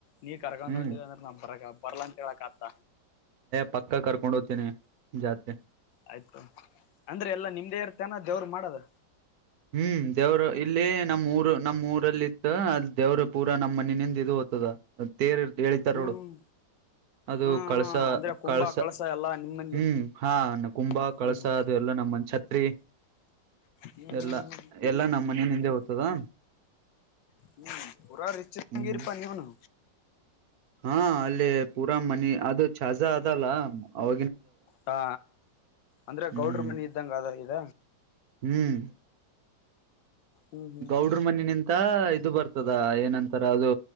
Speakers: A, on the left; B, on the right.
A: ನೀ ಕರ್ಕೊಂಡ್
B: ಹ್ಮ್
A: ಹೊಂಟಿಡಿದ ಅಂದ್ರೆ ನಾ ಬರ ಬರ್ಲಾ ಅಂತ ಹೇಳಕ್ ಆತ
B: ಪಕ್ಕ ಕರ್ಕೊಂಡ್ ಹೋಗದ್ತೀನಿ ಜಾತ್ಗೆ
A: ಆಯ್ತು ಅಂದ್ರೆ ಎಲ್ಲಾ ನಿಮ್ದೇ ಇರ್ತೇನ ದೇವರು ಮಾಡದ
B: ಹ್ಮ್ ದೇವರು ಇಲ್ಲಿ ನಮ್ಮ್ ಊರು ನಮ್ಮ್ ಊರಲ್ಲಿ ಇತ್ತು ಅಲ್ಲಿ ದೇವ್ರ ಪೂರಾ ನಮ್ಮ್ ಮನೆನಿಂದ ಇದು ತದ ತೇರ ಇಟು ಏಳಿತಾರ
A: ಹ್ಮ್
B: ನೋಡು
A: ಹ್ಮ್
B: ಅದು
A: ಹ್ಮ್
B: ಕಳಸ
A: ಹ್ಮ್ ಅಂದ್ರೆ ಕುಂಭ
B: ಕಳಸ
A: ಎಲ್ಲಾ ನಿಮ್ಮಲ್ಲಿ
B: ಹ್ಮ್ ಹಾ ಕುಂಭ
A: ಹ್ಮ್
B: ಕಳಸ
A: ಹ್ಮ್
B: ಅದು ಎಲ್ಲಾ ನಮ್ಮನ್ ಛತ್ರಿ
A: ಹ್ಮ್
B: ಎಲ್ಲಾ
A: ಹ್ಮ್
B: ಎಲ್ಲಾ ನಮ್ಮ್ ಮನ ನಿಂದೆ ಹೋಗ್ತದಾ
A: ಹ್ಮ್ ಪೂರಾ ರಿಚ್ಂಗಿರ್ಪ
B: ಹ್ಮ್
A: ನೀ ಹನು
B: ಹಾ ಅಲ್ಲಿ ಪೂರಾ ಮನಿ ಅದು ಝ ಅದಲ್ಲ ಅವ
A: ಹಾ ಅಂದ್ರೆ
B: ಹ್ಮ್
A: ಗೌಡ್ರ ಮನೆ ಇದ್ದಂಗ ಅದ ಇದ
B: ಹ್ಮ್
A: ಹ್ಮ್ ಹ್ಮ್ ಹ್ಮ್
B: ಗೌಡ್ರ
A: ಹ್ಮ್
B: ಮನ ನಿಂತ ಇದು ಬರ್ತದ ಏನಂತಾರ ಅದು